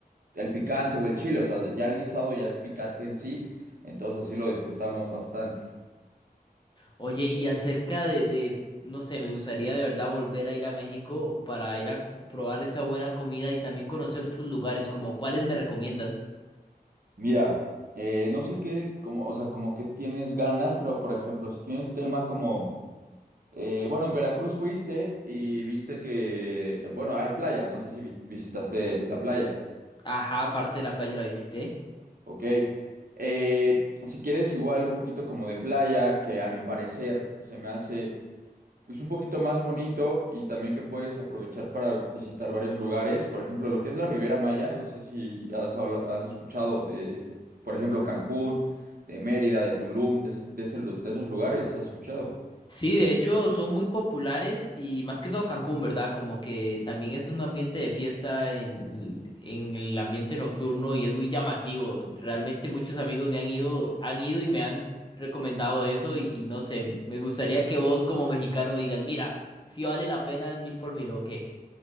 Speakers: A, on the right; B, on the left.
A: el picante o el chile, o sea, ya el guisado ya es picante en sí, entonces así lo disfrutamos bastante.
B: Oye, y acerca de, de, no sé, me gustaría de verdad volver a ir a México para ir a c- probar esa buena comida y también conocer otros lugares, como cuáles me recomiendas.
A: Mira, eh, no sé qué, como, o sea, como que tienes ganas, pero por ejemplo, si tienes tema como, eh, bueno, en Veracruz fuiste y viste que, bueno, hay playa, no sé si vi- visitaste la playa,
B: Ajá, aparte de la playa la visité.
A: ok. Eh, si quieres igual un poquito como de playa, que a mi parecer se me hace pues un poquito más bonito y también que puedes aprovechar para visitar varios lugares. Por ejemplo, lo que es la Riviera Maya, no sé si has, habla- has escuchado de, por ejemplo, Cancún, de Mérida, de Tulum, de, ese- de ese lu- de esos lugares, ¿has escuchado?
B: Sí, de hecho son muy populares y más que todo Cancún, ¿verdad? Como que también es un ambiente de fiesta en, en el ambiente nocturno y es muy llamativo. Realmente muchos amigos me han ido, han ido y me han recomendado eso y, y no sé, me gustaría que vos como mexicano me digas, mira, si vale la pena es mil por mil o qué.